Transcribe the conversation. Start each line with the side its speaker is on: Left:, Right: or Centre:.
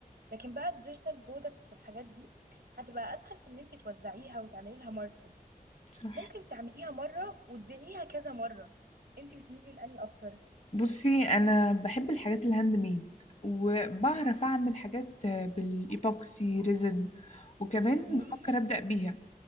Right: لكن بقى الديجيتال برودكتس والحاجات دي هتبقى اسهل في ان انت توزعيها وتعملي لها ماركتنج
Left: صح
Right: ممكن تعمليها مرة وتديريها كذا مرة انت بتميلي لاني اكتر
Left: بصي انا بحب الحاجات الهاند ميد وبعرف اعمل حاجات بالايبوكسي ريزن وكمان
Right: مم.
Left: بفكر ابدا بيها